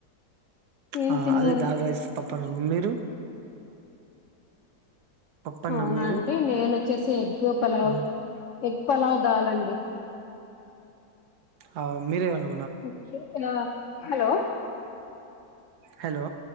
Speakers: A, on the left; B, on the right.
A: ఏం
B: ఆ
A: తిన్నారు
B: అదే దాల్ రైస్ పప్పన్నం మీరు పప్పన్నం
A: అవునా
B: మీరు
A: అండి నేన వచ్చేసి ఎగ్ పలావ్
B: ఆ
A: ఎగ్ పలావ్ దాలండి
B: అ మీరే అను
A: ఓకే ఆ హలో
B: హలో